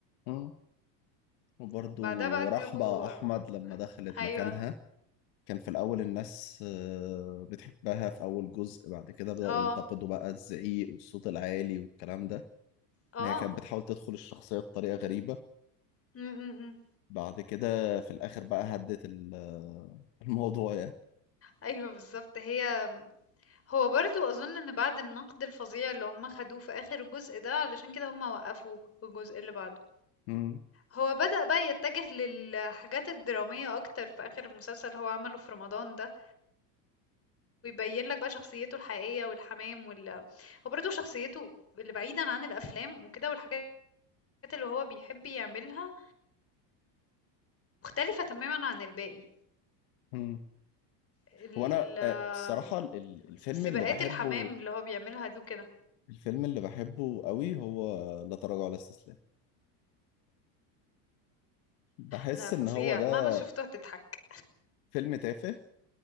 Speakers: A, on the left; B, on the left.
A: مم. وبرضو
B: وبعدها بقى
A: رحمة
B: جابوا
A: أحمد لما دخلت
B: أيوه،
A: مكانها كان في الأول الناس آه، بتحبها في أول جزء بعد كده بدأوا
B: آه،
A: ينتقدوا بقى الزعيق والصوت العالي والكلام ده
B: آه.
A: إن هي كانت بتحاول تدخل الشخصية بطريقة غريبة
B: إمم، إمم، إمم.
A: بعد كده في الآخر بقى هدت ال- آه، الموضوع يعني
B: أيوه بالضبط، هي هو برضه أظن إن بعد النقد الفظيع اللي هم خدوه في آخر الجزء ده، علشان كده هم وقّفوه والجزء اللي بعده.
A: مم.
B: هو بدأ بقى يتجه للحاجات الدرامية أكتر في آخر المسلسل اللي هو عمله في رمضان ده، ويبيّن لك بقى شخصيته الحقيقية والحمام وال هو برضه شخصيته اللي بعيدًا عن الأفلام وكده والحاجات اللي هو بيحب يعملها، مختلفة تمامًا عن الباقي.
A: مم.
B: ال
A: هو انا
B: آمم،
A: آه، الصراحه ال- الفيلم
B: سباقات
A: اللي بحبه
B: الحمام اللي هو بيعملها دي وكده.
A: الفيلم اللي بحبه قوي هو لا تراجع ولا استسلام بحس
B: ده فظيع
A: ان هو ده
B: مهما شفته هتضحك
A: فيلم تافه